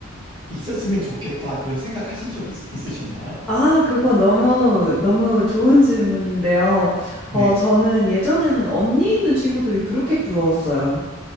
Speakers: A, on the right; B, in the centre.
A: 있었으면 좋겠다, 그런 생각하신 적 있, 있으셨나요?
B: 아, 그거 너무, 너무 좋은 질문인데요.
A: 네.
B: 어, 저는 예전에는 언니 있는 친구들이 그렇게 부러웠어요.